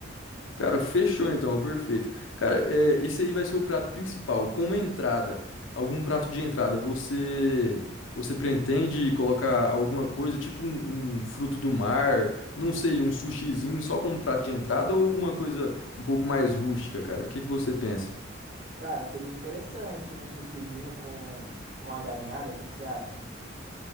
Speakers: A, on the left; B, on the right.
A: Cara, fechou então, perfeito. Cara, é, esse aí vai ser o prato principal. Como entrada, algum prato de entrada, você você pretende colocar alguma coisa, tipo um, um fruto do mar, não sei, um sushizinho só como prato de entrada ou alguma coisa um pouco mais rústica, cara? O que que você pensa?
B: Cara, seria interessante um sushizinho com, com a galinhada. O que que você acha?